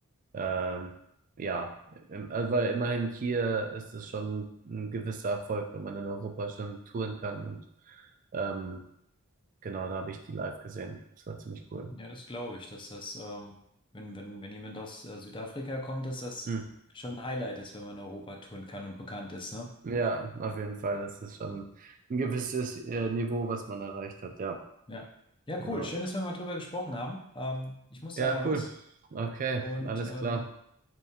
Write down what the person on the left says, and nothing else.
Ja, das glaube ich, dass das, ähm, wenn, wenn, wenn jemand aus äh, Südafrika kommt, dass das
schon ein Highlight ist, wenn man Europa touren kann und bekannt ist, ne?
Ja. Ja,
cool. Schön, dass wir mal drüber gesprochen haben. Ähm, ich muss
dann auch los
und
ähm,